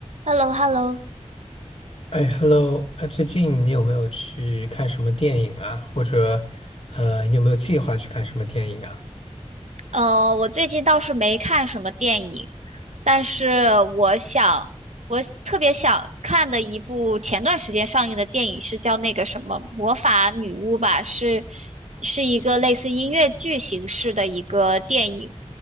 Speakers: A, on the right; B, on the left.
A: h e l l o h e l l o
B: 哎，Hello，哎，最近你有没有去看什么电影啊？或者，呃，你有没有计划去看什么电影啊？
A: 呃，我最近倒是没看什么电影，但是我想，我特别想看的一部前段时间上映的电影是叫那个什么《魔法女巫》吧，是是一个类似音乐剧形式的一个电影，